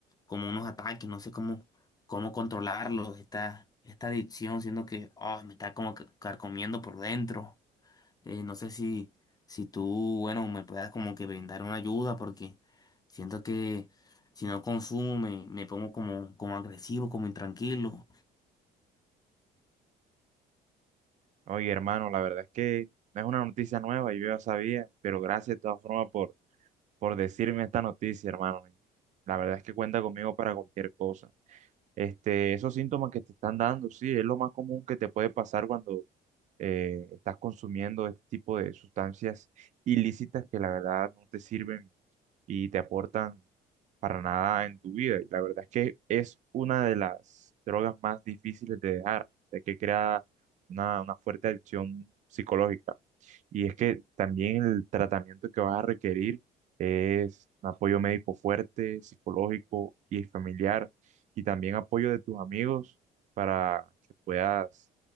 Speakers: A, on the left; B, on the right.
A: como unos ataques, no sé cómo, cómo controlarlos. Esta, esta adicción, siendo que ah, me está como que carcomiendo por dentro. Eh, no sé si, si tú, bueno, me puedas como que brindar una ayuda porque siento que si no consumo me, me pongo como, como agresivo, como intranquilo.
B: Oye, hermano, la verdad es que no es una noticia nueva, yo ya sabía, pero gracias de todas formas por, por decirme esta noticia, hermano. La verdad es que cuenta conmigo para cualquier cosa. Este, esos síntomas que te están dando, sí, es lo más común que te puede pasar cuando eh, estás consumiendo este tipo de sustancias ilícitas que la verdad no te sirven y te aportan para nada en tu vida. Y la verdad es que es una de las drogas más difíciles de dejar, de que crea una, una fuerte adicción psicológica. Y es que también el tratamiento que vas a requerir es un apoyo médico fuerte, psicológico y familiar y también apoyo de tus amigos para que puedas